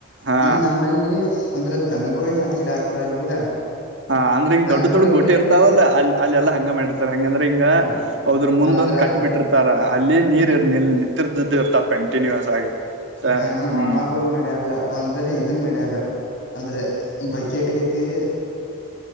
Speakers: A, on the right; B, on the left.
A: ಹಾ
B: ಇಲ್ಲಿ ನಮ್ಮಲ್ಲಿ ಅಂದ್ರೆ ದನಗಳೋಳ ಹಜಡಾ <unintelligible> ಬಿಡ
A: ಹ ಅಂದ್ರೆ ಹಿಂಗ
B: ದನಗೋಳಗಿ
A: ದೊಡ್ಡ ದೊಡ್ ಗೊಟ್ಟೆ ಇರ್ತಾವಲ್ಲ
B: ಅಲ್ಲೇ
A: ಅ ಅಲ್ಲಿ ಎಲ್ಲಾ ಹಂಗ ಮಾಡಿರ್ತಾರೆ ಹಂಗಂದ್ರೆ ಹಿಂಗ
B: ಹ
A: ಹದ್ರ ಮುಂದೊಂದ್
B: ಅಂದ್ರ
A: ಕಟ್ಟಿ
B: ಅದ
A: ಬಿಟ್ಟಿರ್ತಾರ ಅಲ್ಲಿ ನೀರು ನಿ ನಿಂತಿರ್ದು ಇರ್ತಾವ ಕಂಟಿನ್ಯೂಸ್ ಆಗಿ ಸ
B: ಹ ನಮ
A: ಹ್ಮ್
B: ಮಾಮಾಗಗಳು ಮ್ಯಾರಲ್ಲ ಒಂದ್ ಇದನ್ ಮಡ್ಯಾರ ಅಂದ್ರೆ ಬಕೆಟ್ಗೈತಿ